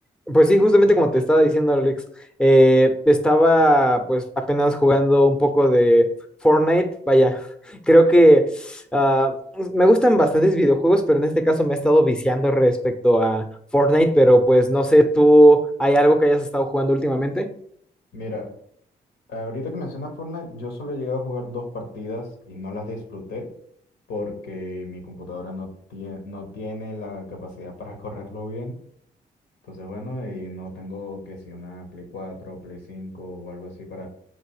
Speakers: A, in the centre; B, on the left (about 75°).
A: Pues sí, justamente como te estaba diciendo, Alex, eh, estaba pues apenas jugando un poco de Fortnite. Vaya, <laughs> creo que ah, me gustan bastantes videojuegos, pero en este caso me he estado viciando respecto a Fortnite, pero pues no sé, ¿tú hay algo que hayas estado jugando últimamente?
B: Mira, ahorita que mencionas Fortnite, yo solo he llegado a jugar dos partidas y no las disfruté porque mi computadora no tiene, no tiene la capacidad para correrlo bien. Entonces, bueno, y no tengo que si una Play 4, Play 5 o algo así para,